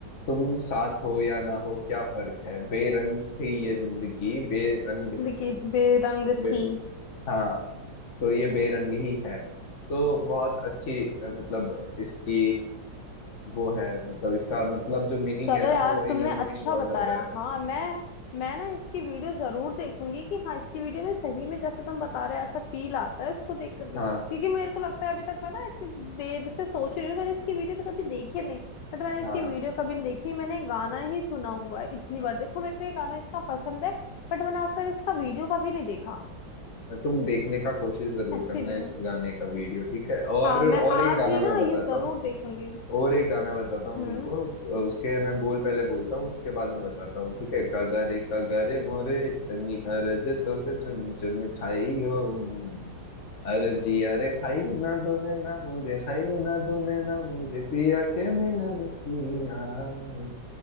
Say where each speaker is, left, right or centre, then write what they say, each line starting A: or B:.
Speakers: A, on the left; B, on the left.
A: तुम साथ हो या ना हो क्या फर्क है बेरंग थी ये जिंदगी बेरंग
B: देखिए बेरंग
A: है
B: थी
A: हाँ तो ये बेरंगी ही है तो बहुत अच्छी अ, मतलब इसकी वो है मतलब इसका मतलब जो मीनिंग
B: चलो
A: है ना
B: यार
A: वो
B: तुमने
A: इनर मीनिंग
B: अच्छा
A: बहुत
B: बताया
A: ज्यादा है
B: हाँ मैं मैं ना इसकी वीडियो जरूर देखूंगी कि हाँ इसकी वीडियो में सही में जैसे तुम बता रहे हो ऐसा फील आता है उसको देख करके
A: हाँ
B: क्योंकि मेरे को लगता है अभी तक मैं ना इतनी देर से सोच रही हूँ मैंने इसकी वीडियो तो कभी देखी नहीं बट मैंने इसकी
A: हाँ
B: वीडियो कभी नहीं देखी मैंने गाना ही सुना हुआ है इतनी
A: हाँ
B: बार देखो मेरे को ये गाना इतना पसंद है बट मैंने आज तक इसका वीडियो कभी नहीं देखा
A: और तुम देखने का कोशिश जरूर
B: ऐसी
A: करना
B: भी
A: इस
B: हूँ
A: गाने का वीडियो ठीक है और
B: हाँ मैं
A: और
B: आज
A: एक गाना
B: ही ना
A: मैं बताता
B: ये जरूर
A: हूँ
B: देखूंगी
A: और एक गाना बताता हूँ
B: हम्म
A: तुमको अ, उसके मैं बोल पहले बोलता हूँ उसके बाद में बताता हूँ ठीक है कगरे कगरे मोरे इतनी अरज तो से चुन चुन खाइयो मांस अरजिया रे खाइयो ना दोने ना मोरे खाइयो ना दोने ना मोरे पिया के मिलन की आस